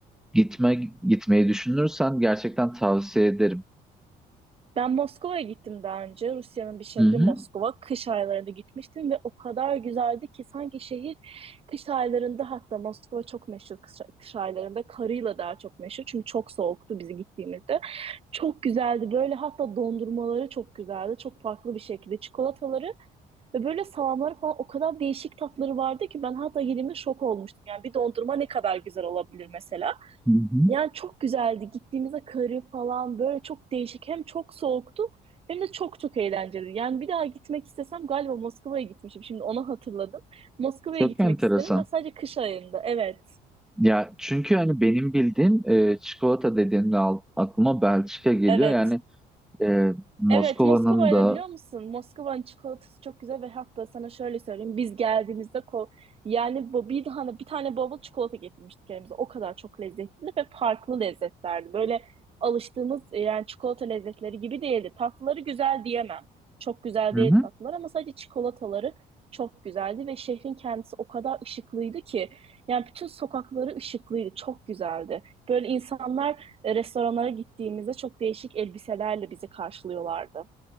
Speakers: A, in the centre; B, on the right (about 35°).
A: gitme gitmeyi düşünürsen gerçekten tavsiye ederim.
B: Ben Moskova'ya gittim daha önce. Rusya'nın bir şehri
A: Hı hı.
B: Moskova. Kış aylarında gitmiştim ve o kadar güzeldi ki sanki şehir kış aylarında hatta Moskova çok meşhur kış, kış aylarında karıyla daha çok meşhur. Çünkü çok soğuktu bizi gittiğimizde. Çok güzeldi böyle hatta dondurmaları çok güzeldi. Çok farklı bir şekilde çikolataları ve böyle salamları falan o kadar değişik tatları vardı ki ben hatta yediğimde şok olmuştum. Yani bir dondurma ne kadar güzel olabilir mesela.
A: Hı hı.
B: Yani çok güzeldi. Gittiğimizde karı falan böyle çok değişik. Hem çok soğuktu hem de çok çok eğlenceli. Yani bir daha gitmek istesem galiba Moskova'ya gitmişim. Şimdi onu hatırladım. Moskova'ya
A: Çok
B: gitmek
A: enteresan.
B: isterim ve sadece kış ayında. Evet,
A: Ya çünkü hani benim bildiğim e, çikolata dediğimde al- aklıma Belçika geliyor.
B: evet.
A: Yani e, Moskova'nın
B: Evet, Moskova'yı
A: da
B: da biliyor musun? Moskova'nın çikolatası çok güzel ve hatta sana şöyle söyleyeyim. Biz geldiğimizde ko yani bu bir tane bir tane bavul çikolata getirmiştik elimize. O kadar çok lezzetli ve farklı lezzetlerdi. Böyle alıştığımız e, yani çikolata lezzetleri gibi değildi. Tatlıları güzel diyemem. Çok güzel
A: hı
B: değil
A: hı,
B: tatlılar ama sadece çikolataları çok güzeldi ve şehrin kendisi o kadar ışıklıydı ki yani bütün sokakları ışıklıydı. Çok güzeldi. Böyle insanlar e, restoranlara gittiğimizde çok değişik elbiselerle bizi karşılıyorlardı.